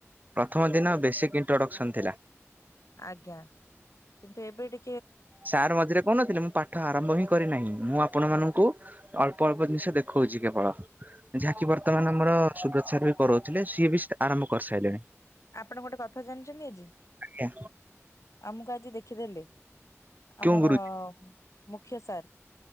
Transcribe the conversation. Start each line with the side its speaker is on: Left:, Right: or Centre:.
Right: ପ୍ରଥମ ଦିନ ବେଶିକ୍ ଇଣ୍ଟ୍ରୋଡକ୍ସନ ଥିଲା।
Left: ଆଜ୍ଞା କିନ୍ତୁ ଏବେ ଟି
Right: ସାର୍ ମଝିରେ କହୁନଥିଲେ ମୁଁ ପାଠ ଆରମ୍ଭ ହିଁ କରିନାହିଁ। ମୁଁ ଆପଣ ମାନଙ୍କୁ ଅଳ୍ ଅଳ୍ପ ଅଳ୍ପ ଜିନିଷ ଦେଖଉଛି କେବଳ। ଯାହାକି ବର୍ତ୍ତମାନ ଆମର ସୁବ୍ର <unintelligible> ବି କରଉଥିଲେ ସିଏ ବି ଆରମ୍ଭ କରିସାରିଲେଣି।
Left: ଆପଣ ଗୋଟେ କଥା ଜାଣିଛନ୍ତି ଆଜି,
Right: ଆଜ୍ଞା
Left: ଆମକୁ ଆଜି ଦେଖିଦେଲେ।
Right: କେଉଁ
Left: ଆମର
Right: ଗୁରୁଜୀ
Left: ମୁଖ୍ୟ ସାର୍।